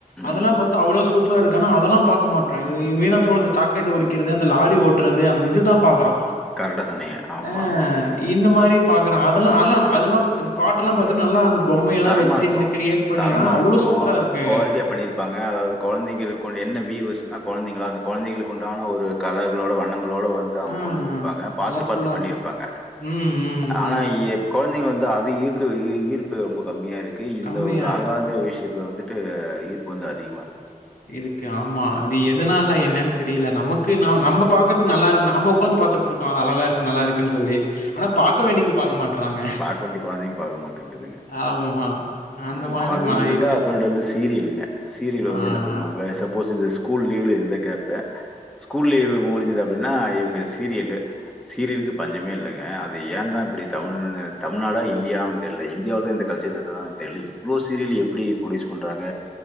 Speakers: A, on the left; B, in the centre.
A: அதெல்லாம்
B: ம்.
A: பார்த்த அவ்ளோ சூப் சூப்பர இருக்கு ஆனா அதெல்லாம் பாக்க மாட்றா இது வீணா போனது இந்த சாக்லேட் ஒடிக்கிறது அந்த லாரி ஓட்றது அந்த இது தா பாக்றா
B: கரெக்டா சொன்னீங்க. ஆமா,
A: ஆஹ்
B: ஆமா.
A: இந்த மாரி பாக்றா அதெல்லா அல் அதெல்லாம் அந்த பாட்டெல்லா பாத்தனா நல்லா பொம்மையெல்லாம்
B: தரமா
A: வச்சு
B: இருக்கு
A: அந்த கிரியேட் பண்ணி
B: தரமா
A: ஆ
B: இருக்கு
A: அவ்ளோ சூப்பரா இருக்கு.
B: குவாலிட்டியா பண்ணிருப்பாங்க அதாவது கொழந்தைகள் கொண்டே என்ன விவஸ்ன கொழந்தைங்கள அந்த கொழந்தைகளுக்கு உண்டான ஒரு கலர்களோட வண்ணங் களோடு வந்து அவங்க
A: ஆ
B: கொண்டு வந்திருப்பாங்க பாத்து
A: கலர்ஃபுல்லா
B: பாத்து பண்ணிருப்பாங்க
A: இருக்கும். ம், ம்,
B: ஆனா
A: ம்.
B: இப் கொழந்தைங்க வந்து அது ஈர்க்க ஈர்ப்பு ரொம்ப கம்மியா இருக்கு இந்த
A: கம்மியா
B: ஒரு
A: இருக்கு.
B: ஆகாத விஷயத்த வந்து இட்டு ஈர்ப்பு வந்து அதிகமா இருக்கு
A: இருக்கு ஆமா அது எதனால என்னன்னு தெரியல நமக்கு ந நம்ம பாக்குறது நல்லா இருக் நாம உட்காந்து பாத்துட்டு இருக் அழகா இருக்கு நல்லா இருக்குன்னு சொல்லி ஆனா பாக்க வேண்டிங்க பாக்க மாட்றாங்க
B: பார்க்க வேண்டிய குழந்தைங்க பார்க்க மாட்டேங்குதுங்க.
A: ஆமா. அந்த
B: ஆமா
A: மாரி
B: அது
A: மாறிடுச்சு.
B: விட்டுட்டா அப்றோ
A: சோ
B: வந்துட்டு சீரியலுங்க சீரியல்ல
A: ஆ,
B: வந்து என்ன பண்ணுவாங்க
A: ஆ.
B: சப்போஸ் ஸ்கூல் லீவ்ல எந்த கேப்ப ஸ்கூல் லீவ் முடிஞ்சது அப்டின்னா இவங்க சீரியல்லு சீரியலுக்கு பஞ்சமே இல்லங்க அது ஏந்தா இப்டி தமிழ் தமிழ்நாடா இந்தியாவானு தெர்ல இந்தியாவில தா இந்த கல்ச்சர் <unintelligible> தெர்ல இவ்ளோ சீரியல் எப்டி ப்ரொடியூஸ் பண்றாங்க